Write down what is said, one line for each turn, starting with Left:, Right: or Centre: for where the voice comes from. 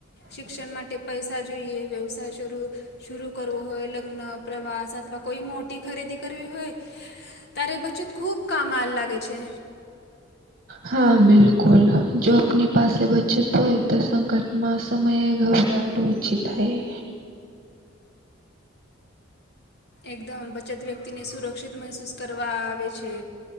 Left: શિક્ષણ
Right: ટ્યુશન પૈસા બી વ્યવસાય કરવો ધીરે કરવો પડે લગ્ન જવા મતલબ કોઈ મોટી ખરીદી કરવી હા
Left: માટે પૈસા જોઈએ, વ્યવસાય શરૂ શર કરવું હોય, લગ્ન, પ્રવાસ અથવા કોઈ મોટી ખરીદી કરવી હોય તારે બચ્ચે ખુબ કામલ લાગે છે.
Right: હા બિલકુલ. જો આપની પાસે બચત તોય તો સંકટમાં સમયે ઘભરાડું ઓછી થાય
Left: એકદમ બચત વ્યક્તિને સુરક્ષિત મહેસૂસ કરવા આવે છે.